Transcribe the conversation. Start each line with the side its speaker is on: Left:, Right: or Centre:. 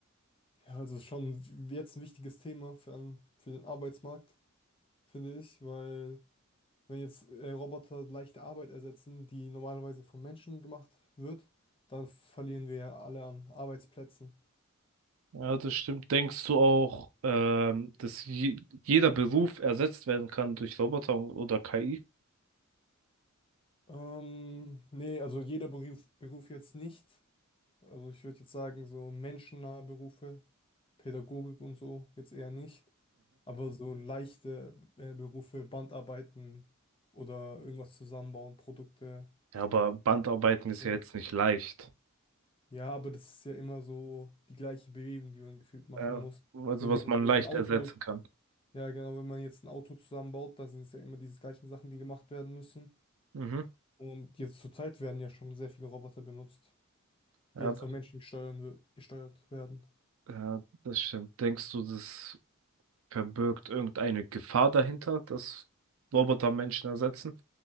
Left: ja, also schon jetzt ein wichtiges Thema für, an- für den Arbeitsmarkt, finde ich, weil wenn jetzt äh, Roboter leichte Arbeit ersetzen, die normalerweise von Menschen gemacht wird, dann verlieren wir ja alle an Arbeitsplätzen.
Right: Ja, das stimmt. Denkst du auch, ähm, dass je jeder Beruf ersetzt werden kann durch Roboter oder KI?
Left: Ähm, nee, also jeder Beruf, Beruf jetzt nicht. Also ich würde jetzt sagen, so menschennahe Berufe, Pädagogik und so, jetzt eher nicht. Aber so leichte äh, Berufe, Bandarbeiten oder irgendwas zusammenbauen, Produkte
Right: Ja, aber Bandarbeiten
Left: erstellen.
Right: ist ja jetzt nicht leicht.
Left: Ja, aber das ist ja immer so die gleiche Bewegung, die man gefühlt machen
Right: Ja,
Left: muss.
Right: also
Left: Wenn
Right: was
Left: man
Right: man
Left: jetzt
Right: leicht
Left: ein Auto,
Right: ersetzen kann.
Left: ja genau, wenn man jetzt ein Auto zusammenbaut, dann sind es ja immer diese gleichen Sachen, die gemacht werden müssen.
Right: Mhm.
Left: Und jetzt zurzeit werden ja schon sehr viele Roboter benutzt,
Right: Ja,
Left: die halt
Right: d-
Left: von Menschen steuern, wir- gesteuert werden.
Right: ja, das stimmt. Denkst du, das verbirgt irgendeine Gefahr dahinter, dass Roboter Menschen ersetzen?